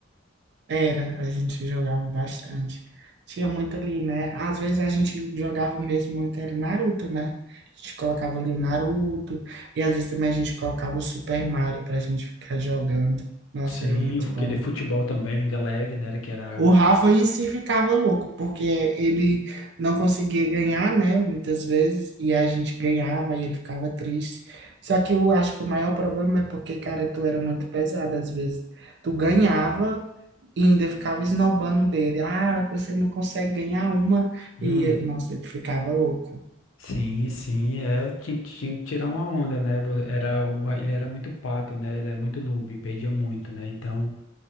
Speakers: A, on the right; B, on the left.
A: Era, a gente jogava bastante. Tinha muito ali, né? Às vezes a gente jogava mesmo muito, era Naruto, né? A gente colocava ali o Naruto, e às vezes também a gente colocava o Super Mario pra gente ficar jogando. Nossa,
B: Sim,
A: era muito
B: o- aquele
A: bom.
B: futebol também, o Inga Leve, né? Que era.
A: O Rafa
B: era-
A: em si ficava louco, porque ele não conseguia ganhar, né? Muitas vezes, e a gente ganhava e ele ficava triste. Só que eu acho que o maior problema é porque, cara, tu era muito pesado às vezes. Tu ganhava. E ainda ficava esnobando dele. Ah, você não consegue ganhar uma. E,
B: Hum,
A: nossa, ele ficava louco.
B: sim, sim, é, tinha, tinha que tirar uma onda, né? vo- Era, o- ele era muito pato, né? Ele era muito noob, perdia muito, né? Então